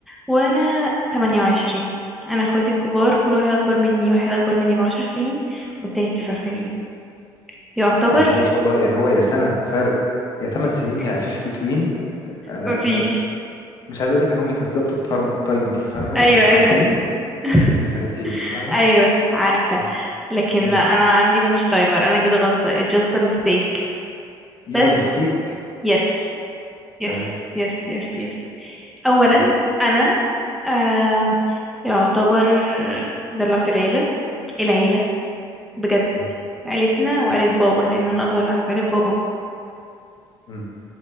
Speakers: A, in the centre; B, on the left.
A: وانا 28 انا اخواتي الكبار كل واحد اكبر مني واحد اكبر مني بعشر سنين والتاني بتسع سنين يعتبر
B: يعني هو ما شاء الله يعني هو يا سنه فرق يا ثمان سنين
A: <laughs>
B: يعني فيش بتوين انا
A: مفيش
B: انا مش عايز اقول لك ان امي كانت ظابطه الترم- التايمر فاهمه
A: ايوه
B: يعني سنتين
A: ايوه <laughs>
B: سنتين فاهمه
A: ايوه عارفه
B: اه
A: لكن
B: ماشي
A: لا انا عندي ما فيش تايمر انا كده غلطه it's just a mistake
B: يورا
A: بس
B: ميستيك
A: yes yes
B: تمام
A: yes yes
B: قشطة.
A: yes اولا
B: مم.
A: انا آم، يعتبر دلعت العيله العيله بجد
B: مم.
A: عيلتنا وعيله بابا لان انا اصغر واحده في عيله بابا
B: مم.